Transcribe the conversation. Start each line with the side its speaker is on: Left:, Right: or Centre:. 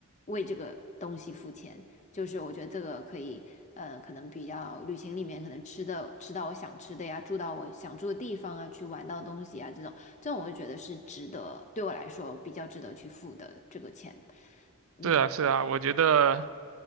Left: 为这个东西付钱。就是我觉得这个可以，呃，可能比较旅行里面可能吃的吃到我想吃的呀，住到我想住的地方啊，去玩到的东西啊，这种这种我就觉得是值得，对我来说比较值得去付的这个钱。嗯，
Right: 是啊，是啊，我觉得，